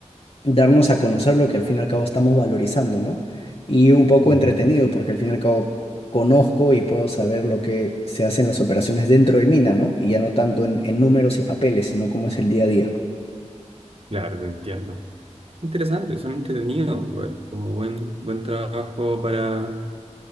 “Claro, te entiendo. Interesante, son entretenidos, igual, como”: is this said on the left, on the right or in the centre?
Right